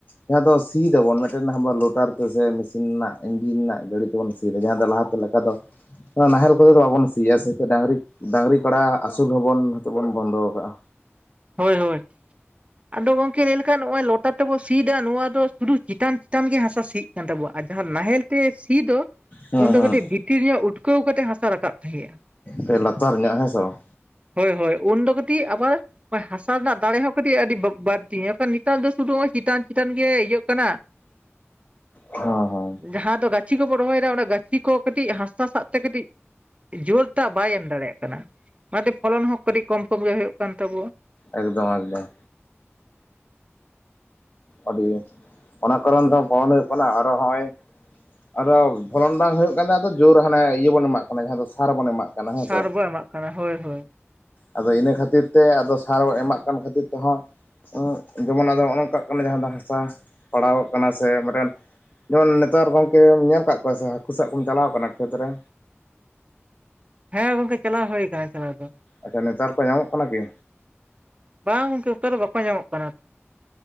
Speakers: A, on the left; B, on the right.
A: ᱡᱟᱦᱟᱸ ᱫᱚ ᱥᱤᱭ ᱫᱟᱵᱚᱱ ᱢᱤᱫᱴᱮᱱ ᱦᱟᱵᱟᱨ ᱞᱳᱴᱟᱨ ᱛᱮᱥᱮ ᱢᱮᱥᱤᱱ ᱱᱟᱜ ᱤᱧᱡᱤᱱ ᱱᱟᱜ ᱜᱟᱹᱰᱤ ᱛᱮᱵᱚᱱ ᱥᱤᱭ ᱫᱟ ᱡᱟᱦᱟᱸ ᱫᱚ ᱞᱟᱦᱟᱛᱮ ᱞᱮᱠᱟ᱾ ᱟᱫᱚ, ᱱᱚᱣᱟ ᱱᱟᱦᱮᱞ ᱠᱚᱛᱮ ᱫᱚ ᱵᱟᱵᱚᱱ ᱥᱤᱭᱟᱜᱼᱟ ᱥᱮ ᱛᱚ ᱰᱟᱝᱨᱤ ᱰᱟᱹᱟᱝᱨᱤ ᱠᱟᱲᱟ ᱟᱹᱥᱩᱞ ᱦᱚᱸᱵᱚᱱ ᱦᱚᱭᱛᱚ ᱵᱚᱱ ᱵᱚᱱᱫᱚ ᱠᱟᱜᱼᱟ᱾
B: ᱦᱳᱭ ᱦᱳᱭ᱾ ᱟᱫᱚ ᱜᱚᱢᱠᱮ ᱞᱟᱹᱭ ᱞᱮᱠᱷᱟᱱ ᱱᱚᱜ ᱚᱭ ᱞᱚᱴᱟ ᱛᱮᱵᱚ ᱥᱮᱭᱫᱟ ᱱᱚᱣᱟ ᱫᱚ ᱥᱩᱫᱷᱩ ᱪᱤᱛᱟᱱ ᱪᱤᱛᱟᱱ ᱜᱮ ᱦᱟᱥᱟ ᱥᱤ ᱠᱟᱱ ᱛᱟᱵᱚᱦᱟ ᱟᱨ ᱡᱟᱦᱟᱸ ᱱᱟᱦᱮᱞ ᱛᱮ ᱥᱤ ᱫᱚ
A: ᱦᱮᱸ
B: ᱩᱱ ᱫᱚ ᱠᱟᱹᱴᱤᱡ ᱵᱷᱤᱛᱤᱨ ᱧᱚᱜ ᱩᱴᱠᱟᱹᱣ ᱠᱟᱛᱮᱜ ᱦᱟᱸᱥᱟ ᱨᱟᱠᱟᱵ ᱛᱟᱦᱮᱸᱜ-ᱟ᱾
A: ᱛᱮ ᱞᱟᱛᱟᱨ ᱧᱚᱜ ᱦᱮᱸᱥᱮ ᱵᱟᱝ?
B: ᱦᱳᱭ ᱦᱳᱭ ᱩᱱᱫᱚ ᱠᱟᱹᱴᱤᱡ ᱟᱵᱟᱨ ᱦᱟᱥᱟ ᱨᱮᱱᱟᱜ ᱫᱟᱲᱮ ᱦᱚᱸ ᱠᱟᱹᱴᱤᱡ ᱟᱹᱰᱤ ᱵᱟ ᱵᱟᱹᱲᱛᱤ ᱮᱠᱷᱟᱱ ᱱᱤᱛ ᱛᱟᱨ ᱫᱚ ᱥᱩᱰᱩ ᱪᱮᱛᱟᱱ ᱪᱮᱛᱟᱱ ᱜᱮ ᱤᱭᱟᱹᱜ ᱠᱟᱱᱟ᱾
A: ᱦᱚᱸ ᱦᱚᱸ᱾
B: ᱡᱟᱦᱟᱸ ᱫᱚ ᱜᱟᱪᱷᱤ ᱠᱚᱵᱚᱱ ᱨᱚᱦᱚᱭᱫᱟ ᱚᱱᱟ ᱜᱟᱪᱷᱤ ᱠᱚ ᱠᱟᱹᱴᱤᱡ ᱦᱟᱥᱟ ᱥᱟᱵ ᱛᱮ ᱠᱟᱹᱴᱤᱡ ᱡᱳᱨ ᱴᱟᱜ ᱵᱟᱭ ᱮᱢ ᱫᱟᱲᱮᱭᱟᱜ ᱠᱟᱱᱟ ᱚᱱᱟᱛᱮ ᱯᱷᱚᱞᱚᱱ ᱦᱚᱸ ᱠᱟᱹᱴᱤᱡ ᱠᱚᱢ ᱠᱚᱢ ᱜᱮ ᱦᱩᱭᱩᱜ ᱠᱟᱱ ᱛᱟᱵᱚᱣᱟ᱾
A: ᱮᱠᱫᱚᱢ ᱮᱠᱫᱚᱢ, ᱟᱹᱰᱤ, ᱚᱱᱟ ᱠᱟᱨᱚᱱ ᱛᱮᱦᱚᱸ ᱯᱚᱞᱚᱱ ᱦᱳᱭᱳᱜ ᱠᱟᱱᱟ ᱟᱨᱚ ᱦᱚᱸᱜᱼᱚᱭ ᱟᱫᱚ ᱯᱷᱚᱞᱚᱱ ᱵᱟᱝ ᱦᱳᱭᱳᱜ ᱠᱟᱱ ᱛᱟᱦᱮᱸ ᱟᱫᱚ ᱡᱳᱨ ᱦᱟᱱᱮ ᱤᱭᱟᱹ ᱵᱚᱱ ᱮᱢᱟᱜ ᱠᱟᱱᱟ ᱡᱟᱦᱟᱸ ᱫᱚ ᱥᱟᱨ ᱵᱚᱱ ᱮᱢᱟᱜ ᱠᱟᱱᱟ ᱦᱮᱸᱥᱮ
B: ᱥᱟᱨ ᱵᱚ ᱮᱢᱟᱜ ᱠᱟᱱᱟ ᱦᱳᱭ ᱦᱳᱭ᱾
A: ᱟᱫᱚ ᱤᱱᱟᱹ ᱠᱷᱟᱹᱛᱤᱨ ᱛᱮ ᱟᱫᱚ ᱥᱟᱨ ᱮᱢᱟᱜ ᱠᱟᱱ ᱠᱷᱟᱹᱛᱤᱨ ᱛᱮᱦᱚᱸ ᱩᱸ ᱡᱮᱢᱚᱱ ᱟᱫᱚ ᱦᱚᱜ-ᱚ ᱱᱚᱝᱠᱟ ᱚᱱᱟ ᱡᱟᱦᱟᱸ ᱫᱚ ᱦᱟᱥᱟ ᱯᱟᱲᱟᱣᱚᱜ ᱠᱟᱱᱟ ᱥᱮ ᱢᱤᱫᱴᱮᱱ ᱡᱮᱢᱚᱱ ᱱᱮᱛᱟᱨ ᱜᱚᱝᱠᱮᱢ ᱧᱮᱞ ᱠᱟ ᱠᱚᱣᱟ ᱥᱮ ᱦᱟᱹᱠᱩ ᱥᱟᱵ ᱠᱚᱢ ᱪᱟᱞᱟᱣ ᱠᱟᱱᱟ ᱠᱷᱮᱛ ᱨᱮ?
B: ᱦᱮᱸ ᱜᱚᱝᱠᱮ ᱪᱟᱞᱟᱣ ᱦᱩᱭ ᱠᱟᱱᱟ ᱪᱟᱞᱟᱣ ᱫᱚ ᱾
A: ᱟᱪᱪᱷᱟ, ᱱᱮᱛᱟᱨ ᱠᱚ ᱧᱟᱢᱚᱜ ᱠᱟᱱᱟ ᱠᱤ?
B: ᱵᱟᱝ ᱜᱚᱝᱠᱮ ᱚᱱᱠᱟ ᱫᱚ ᱵᱟᱠᱚ ᱧᱟᱢᱚᱜ ᱠᱟᱱᱟ᱾